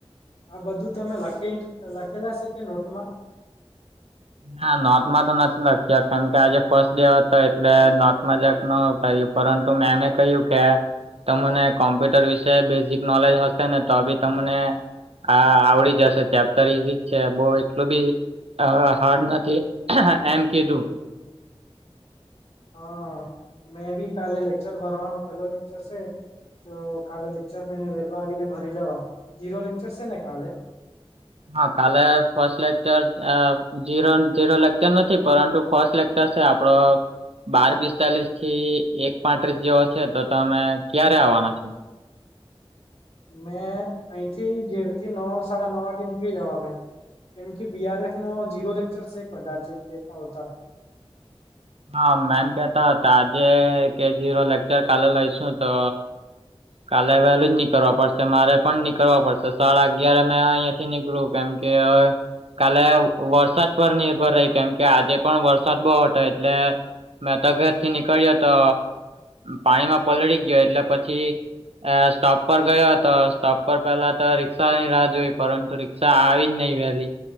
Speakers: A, on the left; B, on the right.
A: આ બધું તમે લખી લખેલા શે કે નોટમાં?
B: ના નોટમાં તો નથી લખત કારણ કે આજે ફર્સ્ટ ડે હતો એટલે નોટમાં જાકનો કહ્યું પરંતુ મેંમે કહ્યું કે તમને કોમ્પ્યુટર વિશે બેઝિક નોલેજ હશે ને તો બી તમને આ આવડી જશે ચેપ્ટર ઇઝી જ છે બહ એટલું બી હાડ નથી એમ કીધું.
A: હા મેં ભી કાલે લેક્ચર ભરવાનો પેલો લેક્ચર છે. તો કાલે લેક્ચર મે વેલો આવીને ભરી જવા જીરો લેક્ચર છે ને કાલે?
B: હા કાલે ફર્સ્ટ લેક્ચર જીરો લેક્ચર નથી પરંતુ ફર્સ્ટ ચર છે આપડો બાર પિસ્તાલીસ થી એક પાંત્રીસ જેવો છે તો તમે ક્યારે આવવાના છો?
A: મેં અહીંથી ગેર થી નવ સાડા નવ વાગે નીકળી જવા મે. કેમ કે બી આર એફ નો જીરો લેક્ચર છે કદાચ એમ કેતાહુતા.
B: આ મેમ કેતા હતા આજે કે જીરો લેક્ચર ચાલે લઈશું તો કાલે વહેલું જ નીકળવા પડશે મારે પણ નીકળવા પડશે સાડા અગિયાર મેં અહીયા થી નીકળ્યું કેમ કે કાલે વરસાદ પર નિર્ભર રહી કેમ કે આજે પણ વરસાદ બહુ હટો એટલે મે તો ઘર થી નીકળ્યો તો પાણીમાં પલળી ગયો એટલે પછી એ સ્ટોપ પર ગયો હતો સ્ટોપ પર પેલા તો રિક્ષા ની રાહ જોઈ પરંતુ રી <inaudible> આવીજ નહીિ વેહલી.